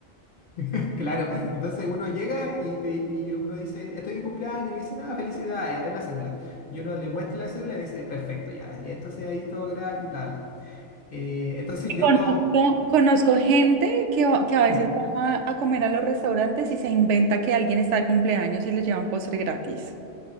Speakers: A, on the left; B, on the right.
A: <laughs> claro, entonces uno llega y, te, y uno dice, estoy de cumpleaños, y me dicen, ah, felicidades, a ver la cédula. Y uno le muestra la cédula y me dice, perfecto, ya, y entonces ahí todo gratis, bla, bla. Eh, entonces yo
B: Conozco,
A: lo,
B: conozco gente que, va- que a veces
A: ujú,
B: va a comer a los restaurantes y se inventa que alguien está de cumpleaños y les lleva un postre gratis.